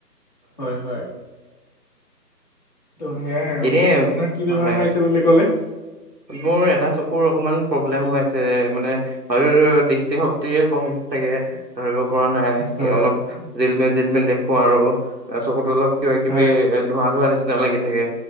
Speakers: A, on the left; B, on the right.
A: হয়, হয়। ত' সেয়াই আৰু
B: এনেই
A: আপোনাৰ কি বেমাৰ
B: হয়।
A: হৈ আছে বুলি ক'লে।
B: মোৰ এটা চকুৰ অকমান প্ৰব্লেম হৈ আছে। মানে হয় দৃষ্টিশক্তিে কমিছে চাগে ধৰিক। পৰা নাই
A: হয়
B: অলপ। জিল মেল জিল মেল দেখো আৰু চকুতো অলপ। কিবা কিবি
A: হয়
B: এ ধোৱা ধোৱা নিচিনা। নিচি ন লাগি থাকে।